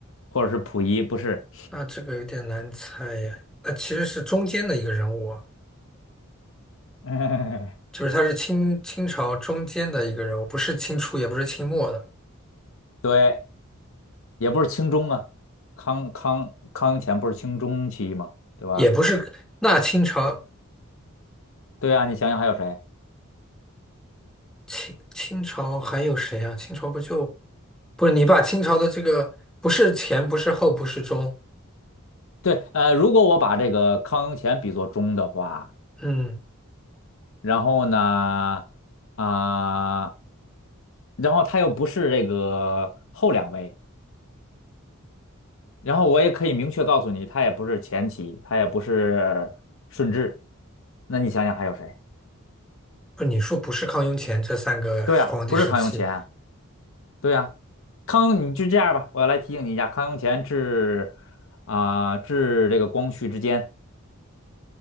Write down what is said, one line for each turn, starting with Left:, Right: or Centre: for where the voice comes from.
Left: 或者是溥仪，不是，
Centre: 那这个有点难猜呀。那其实是中间的一个人物啊，
Left: <laughs>
Centre: 就是他是清清朝中间的一个人物，不是清初，也不是清末的，
Left: 对。也不是清中啊，康康康雍乾不是清中期吗？对吧？
Centre: 也不是。那清朝
Left: 对啊，你想想还有谁？
Centre: 清清朝还有谁啊？清朝不就不是你把清朝的这个不是前，不是后，不是中，
Left: 对，呃，如果我把这个康雍乾比作中的话，
Centre: 嗯，
Left: 然后呢，啊、然后他又不是这个后两位，然后我也可以明确告诉你，他也不是前期，他也不是顺治，那你想想还有谁？
Centre: 不是你说不是康雍乾这三个皇帝时期，
Left: 对啊，不是康雍乾，对呀、康雍，你就这样吧，我来提醒你一下，康雍乾至啊、至这个光绪之间，